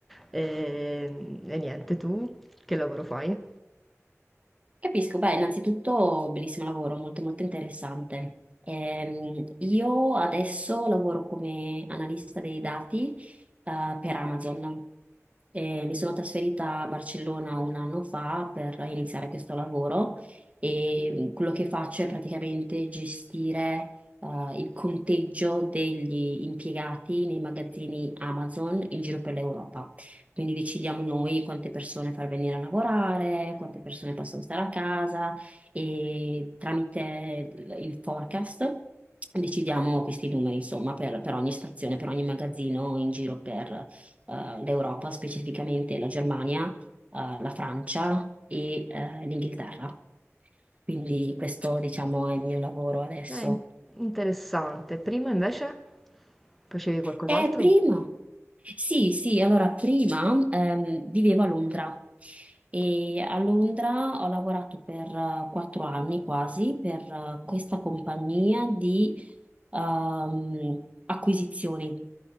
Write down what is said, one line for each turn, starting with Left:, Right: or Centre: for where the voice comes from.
Centre: E, e niente, tu che lavoro fai?
Right: Capisco, beh, innanzitutto bellissimo lavoro, molto molto interessante. Ehm, io adesso lavoro come analista dei dati eh, per Amazon. Eh, mi sono trasferita a Barcellona un anno fa per iniziare questo lavoro e quello che faccio è praticamente gestire eh, il conteggio degli impiegati nei magazzini Amazon in giro per l'Europa. Quindi decidiamo noi quante persone far venire a lavorare, quante persone possono stare a casa e tramite il il forecast decidiamo questi numeri, insomma, per, per ogni stazione, per ogni magazzino in giro per eh, l'Europa, specificamente la Germania, eh, la Francia e eh, l'Inghilterra. Quindi questo, diciamo, è il mio lavoro adesso.
Centre: Eh, interessante. Prima invece facevi qualcos'altro?
Right: Eh, prima, sì, sì, allora prima ehm, vivevo a Londra e a Londra ho lavorato per eh, quattro anni quasi per eh, questa compagnia di ehm, acquisizioni